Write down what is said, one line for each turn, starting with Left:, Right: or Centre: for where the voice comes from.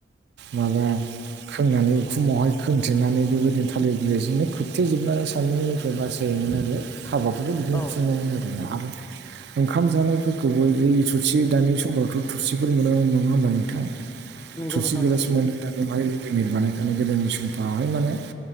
Right: माबा खोंनानै उखुमावहाय खोंथेनानै बेबायदिनो थालिर बिलिरजोंनो खोबथेेजोबनानै सानदों बे बासायोमोन आरो हाबाफोरखौ बिदिनो
Left: औ
Right: खुङोमोन आरो आरो ओंखाम जानायफोरखौबो बै थुरसि दानि समावथ' थोरसिफोर मोना नङा होमबा नोंथां
Left: नंगौ
Right: थोरसि
Left: नोंथां
Right: गलास
Left: थारैनो
Right: मोनो दानि बेहाय रेडिमेड बानायखानाय गोदोनि समफ्रावहाय माने